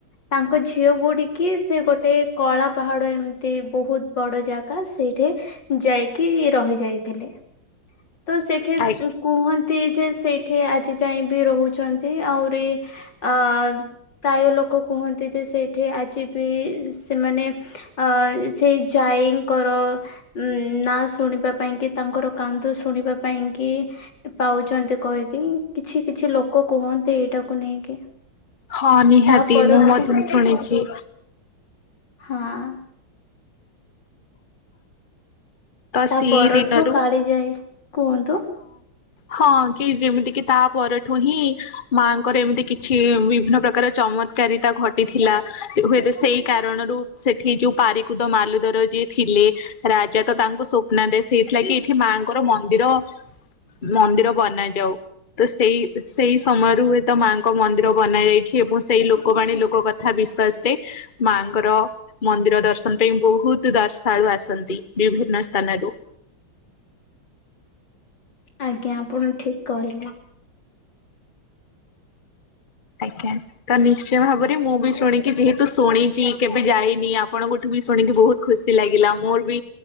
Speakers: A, on the left; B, on the left.
A: ତାଙ୍କ ଝିଅ ବୁ କି ସେ ଗୋଟେ କଳା ପାହାଡ଼ ଏମିତି ବହୁତ ବଡ଼ ଜାଗା ସେଇଠି ଯାଇକି ରହି ଯାଇଥିଲେ। ତ ସେଇଠି
B: ଖାଇ
A: କୁ କୁହନ୍ତି ଯେ ସେଇଠି ଆଜି ଯାଇ ବି ରହୁଛନ୍ତି ଆହୁରି ଅ-ଅ ପ୍ରାୟ ଲୋକ କୁହନ୍ତି ଯେ ସେଇଠି ଆଜି ବି ସେମାନେ ଅ ସେଇ ଜାଈଙ୍କର ଉଁ ନାଁ ଶୁଣିବା ପାଇଁ କି ତାଙ୍କର କାନ୍ଦ ଶୁଣିବା ପାଇଁ କି ପାଉଛନ୍ତି କହିକି, କିଛି କିଛି ଲୋକ କୁହନ୍ତି ଏଇଟାକୁ ନେଇକି।
B: ହଁ ନିହାତି,
A: ତା ପରଠୁ
B: ମୁଁ ମଧ୍ୟ ଶୁଣିଛି।
A: ହଁ।
B: ତ
A: ତା
B: ସିଇ
A: ପରଠୁ
B: ଦିନରୁ
A: କାଳିଜାଇ କୁହନ୍ତୁ
B: ହଁ କି ଯେମିତିକି ତା ପରଠୁ ହିଁ ମାଆଙ୍କର ଏମିତି କିଛି ବିଭିନ୍ନ ପ୍ରକାର ଚମତ୍କାରିତା ଘଟିଥିଲା, ହୁଏତ ସେଇ କାରଣରୁ ସେଠି ଯୋଉ ପାରିକୁଦ ମାଲୁଦର ଯିଏ ଥିଲେ ରାଜା ତ ତାଙ୍କୁ ସ୍ୱପ୍ନାଦେଶ ହେଇଥିଲା କିି ଏଠି ମାଆଙ୍କର ମନ୍ଦିର, ମନ୍ଦିର ବନା ଯାଉ। ତ ସେଇ, ସେଇ ସମୟରୁ ହୁଏ ତ ମାଆଙ୍କ ଙ୍କ ମନ୍ଦିର ବନା ଯାଇଛି ଏବଂ ସେଇ ଲୋକବାଣୀ ଲୋକ କଥା ବିଶ୍ଵାସରେ‌ ମାଆଙ୍କର ମନ୍ଦିର ଦର୍ଶନ ପାଇଁ ବହୁତ ଦର୍ଶାଳୁ ଆସନ୍ତି ବିଭିନ୍ନ ସ୍ଥାନରୁ।
A: ଆଜ୍ଞା, ଆପଣ ଠିକ୍ କହିଲେ।
B: ଆଜ୍ଞା। ତ ନିଶ୍ଚୟ ଭାବରେ ମୁଁ ବି ଶୁଣିକି, ଯେହେତୁ ଶୁଣିଛି କେବେ ଯାଇନି ଆପଣଙ୍କଠୁ ବି ଶୁଣିକି ବହୁତ ଖୁସ୍ ସି ଲାଗିଲା ମୋର ବି